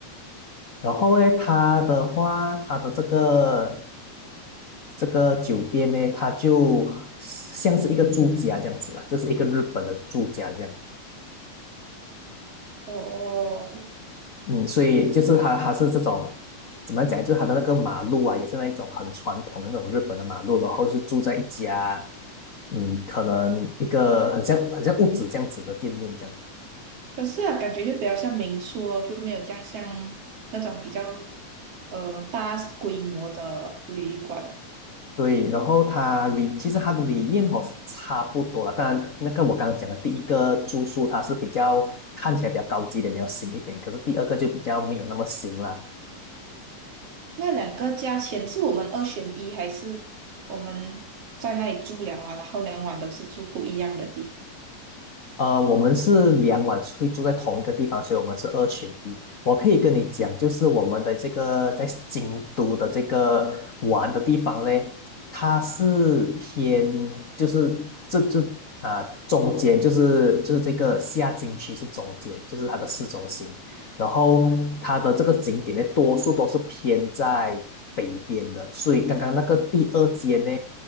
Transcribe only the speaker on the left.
然后呢，它的话，它的这个这个酒店呢，它就像是一个住家这样子了，就是一个日本的住家这样。
嗯，所以就是它它是这种怎么讲，就是它的那个马路啊，也是那一种很传统的那种日本的马路，然后是住在一家嗯，可能一个很像很像屋子这样子的店面这样。
对，然后它里其实它的里面哦是差不多了，当然那个我刚刚讲的第一个住宿它是比较看起来比较高级一点，比较新一点，可是第二个就比较没有那么新了。
呃，我们是两晚会住在同一个地方，所以我们是二选一。我可以跟你讲，就是我们的这个在京都的这个玩的地方嘞，它是偏就是这这啊、中间就是就是这个下京区是中间，就是它的市中心。然后它的这个景点呢，多数都是偏在北边的，所以刚刚那个第二间呢，